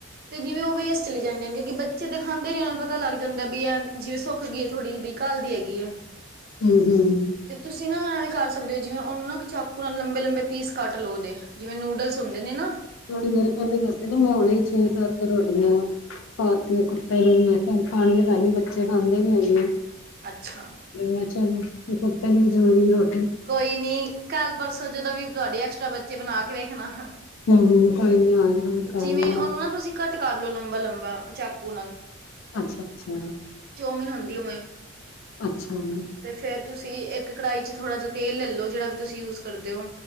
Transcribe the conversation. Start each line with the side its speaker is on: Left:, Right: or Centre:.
Right: 'ਤੇ ਜਿਵੇਂ ਓ ਵੇਸਟ ਚਲੀ ਜਾਂਦੀਆਂ ਹਨ ਕਿਉਕਿ ਬੱਚੇ 'ਤੇ ਖਾਂਦੇ ਨੀ ਉਨਾਂ ਨੂੰ ਪਤਾ ਲੱਗ ਜਾਂਦਾ ਵੀ ਆ ਜਿਵੇਂ ਸੁੱਕ ਗਈ ਏ ਥੋੜੀ ਬਈ ਕੱਲ ਦੀ ਐਗੀ ਏ।
Left: ਹੂੰ-ਹੂੰ।
Right: 'ਤੇ ਤੁਸੀਂ ਨਾ ਐਵੇਂ ਕਰ ਸਕਦੇ ਓ ਜਿਵੇਂ ਉਨੂੰ ਨਾ ਚਾਕੂ ਨਾਲ ਲੰਬੇ-ਲੰਬੇ ਪੀਸ ਕੱਟ ਲੋ ਉਦੇ ਜਿਵੇਂ ਨੂ ਡਲਸ ਹੁੰਦੇ ਨੇ ਨਾ।
Left: ਥੋੜੀ ਦੇਰ ਪਹਿਲਾਂ ਈ ਦੱਸਦੇ ਨਾ ਮੈਂ ਉਨਾਂ ਈ ਛੇ-ਸੱਤ ਰੋਟੀਆਂ ਹੋਰ ਫੇਰ ਕੁੱਤੇ ਨੂੰ ਵੇਖਿਆ ਖਾਂਦੇ ਤਾਂ ਐ ਨੀ ਬੱਚੇ ਖਾਂਦੇ ਨੀ ਹੈਗੇ।
Right: ਅੱਛਾ।
Left: ਮੈਂ ਚਲ ਕੇ ਕੁੱਤੇ ਨੂੰ ਜ਼ਰੂਰੀ ਰੋ
Right: ਕੋਈ ਨੀ ਕੱਲ-ਪਰਸੋਂ ਜਦੋਂ ਵੀ ਤੁਹਾਡੀ ਐਕਸਟਰਾ ਬੱਚੇ ਬਣਾ ਕੇ ਵੇਖਣਾ।
Left: ਹੂੰ ਕੋਈ ਨੀ ਆ ਨੀ ਬਣਾ ਕਰਾਂਗੇ।
Right: ਜਿਵੇਂ ਉਹਨੂੰ ਨਾ ਤੁਸੀਂ ਕੱਟ ਕਰ ਲੋ ਲੰਬਾ-ਲੰਬਾ ਚਾਕੂ ਨਾਲ।
Left: ਅੱਛਾ-ਅੱਛਾ।
Right: ਚੋਮੀਨ ਹੁੰਦੀ ਉਵੇਂ
Left: ਅੱਛਾ ਜੀ।
Right: 'ਤੇ ਫੇਰ ਤੁਸੀਂ ਇੱਕ ਕੜਾਈ 'ਚ ਥੋੜ੍ਹਾ ਜਾ ਤੇਲ ਲੈ ਲੋ ਜਿਹੜਾ ਵੀ ਤੁਸੀਂ ਯੂਜ ਕਰਦੇ ਓ।